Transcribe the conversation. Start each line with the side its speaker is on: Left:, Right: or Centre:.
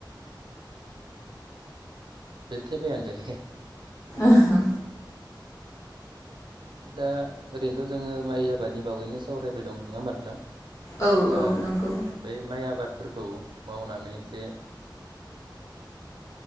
Right: बे थेफायानोदे।
Left: ओहो
Right: उम दा ओरैनोथ' जोङो माइ आबादनि बागैनो सावरायबाय दं नङा होमबा नोंथां?
Left: औ
Right: दा
Left: औ नंगौ
Right: बे माइ आबाद। फोरखौ मावनानै जे